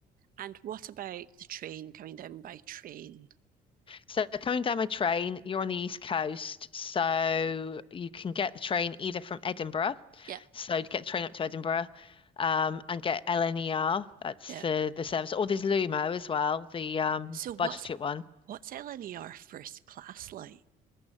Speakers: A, on the right; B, on the left.
A: And what about the train coming down by train?
B: So coming down my train, you're on the East Coast, so you can get the train either from Edinburgh,
A: Yeah,
B: so you get the train up to Edinburgh, um, and get LNER, that's
A: yeah.
B: the the service, or there's Lumo as well, the um
A: So what's
B: budget one.
A: what's LNER first class like?